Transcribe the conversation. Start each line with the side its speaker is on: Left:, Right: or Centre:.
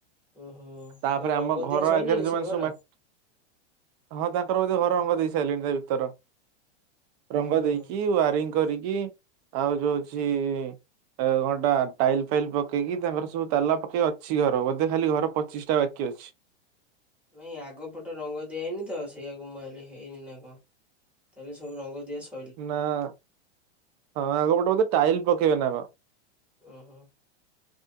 Centre: ଓହୋ
Right: ତାପରେ
Centre: ତ ରଙ୍ଗ
Right: ଆମ ଘର
Centre: ଦିଆ ସରିଲାଣି
Right: ଆଗେରେ ଯୋଉମାନେ
Centre: ସେ ଘର?
Right: ସବୁ ମାଟି ହଁ ତାଙ୍କର ବୋଧେ ଘର ରଙ୍ଗ ଦେଇ ସାରିଲିଣି ତା ଭିତର। ରଙ୍ଗ
Centre: ଓହୋ
Right: ଦେଇକି ୱାରିଙ୍ଗ କରିକି ଆଉ ଯୋଉ <unintelligible> ଆଉ କଣଟା ଟାଇଲ୍ ଫାଇଲ୍ ପକେଇକି ତାଙ୍କର ସବୁ ତାଲା ପକେଇକି ଅଛି ଘର, ବୋଧେ ଖାଲି ଘର ପ୍ରତିଷ୍ଠା ବାକି ଅଛି।
Centre: ନାଇଁ ଆଗ ପଟ ରଙ୍ଗ ଦିଆ ହଇନି ତ, ସେଇଆକୁ ମୁଁ ଭାବିଲି ହେଇନି ନା କଣ। ତାହେଲେ ସବୁ ରଙ୍ଗଦିଆ ସ
Right: ନା ହଁ ଆଗ ପଟେ ବୋଧେ ଟାଇଲ୍ ପକେଇବେ ନ କଣ।
Centre: ଓହୋ।